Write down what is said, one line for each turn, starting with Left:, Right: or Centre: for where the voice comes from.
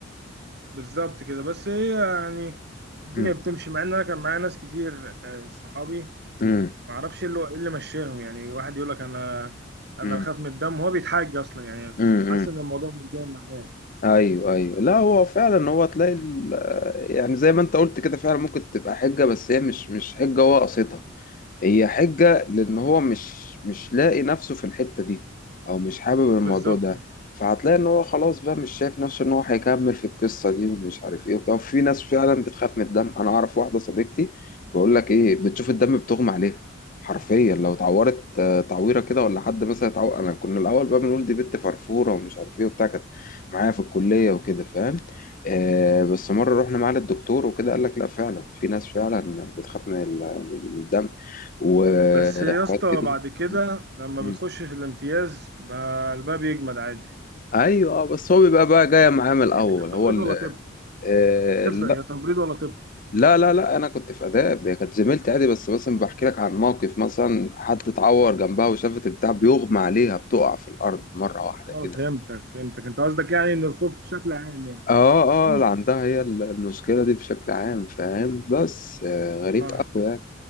Right: بالظبط كده بس هي يعني الدنيا
Left: مم.
Right: بتمشي مع ان انا كان معايا ناس كتير آه، صحابي
Left: مم.
Right: ما اعرفش ايه اللي إيه اللي مشاهم يعني واحد يقول لك انا انا
Left: مم.
Right: بخاف من الدم هو بيتحاج اصلا يعني
Left: مم.
Right: حاسس ان الموضوع مش جاي معاه
Left: ايوه ايوه لا هو فعلا هو تلاقي ال- يعني زي ما انت قلت كده فعلا ممكن تبقى حجه بس هي مش مش حجه هو قصدها هي حجة لأن هو مش مش لاقي نفسه في الحتة دي أو مش حابب الموضوع
Right: بالظبط
Left: ده
Right: كده
Left: فهتلاقي إن هو خلاص بقى مش شايف نفسه إن هو هيكمل في القصة دي ومش عارف إيه وبتاع في ناس فعلا بتخاف من الدم أنا أعرف واحدة صديقتي بقول لك إيه بتشوف الدم بتغمى عليها حرفيا لو اتعورت آه، تعويرة كده ولا حد مثلا اتعور أنا كنا الأول بقى بنقول دي بنت فرفورة ومش عارف إيه وبتاع كانت معايا في الكلية وكده فاهم آه بس مرة رحنا معاه للدكتور وكده قال لك لا فعلا في ناس فعلا بتخاف من ال- من الدم وحاجات
Right: بس يا اسطى
Left: كتير
Right: بعد كده لما
Left: مم.
Right: بتخش في الامتياز بقى الباب يجمد عادي
Left: ايوه اه بس هو بيبقى بقى جايه معاه من الاول
Right: هي تمريض
Left: هو ال-
Right: ولا طب
Left: آه
Right: تفرق
Left: لا
Right: هي تمريض ولا طب
Left: لا لا لا انا كنت في اداب هي كانت زميلتي عادي بس مثلا بحكي لك عن موقف مثلا حد اتعور جنبها وشافت البتاع بيغمى عليها بتقع في الارض مره واحده
Right: اه
Left: كده
Right: فهمتك فهمتك انت قصدك يعني ان الخوف بشكل عام يعني
Left: اه اه
Right: اما
Left: اللي عندها هي المشكلة دي بشكل عام فاهم بس آه، غريب
Right: اه
Left: قوي يعني